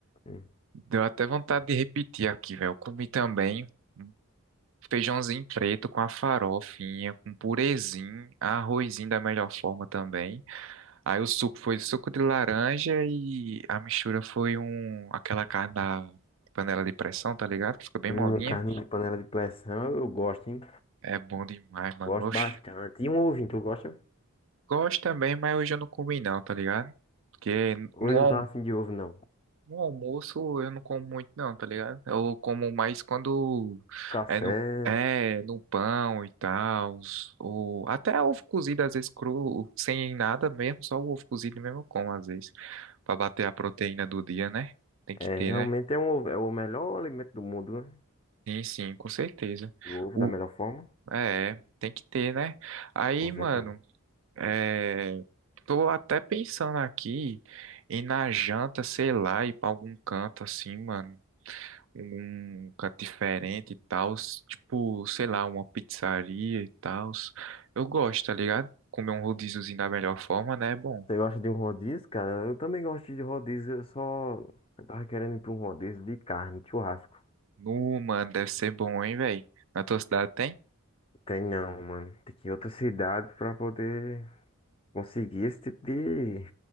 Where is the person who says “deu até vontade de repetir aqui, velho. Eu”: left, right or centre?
Right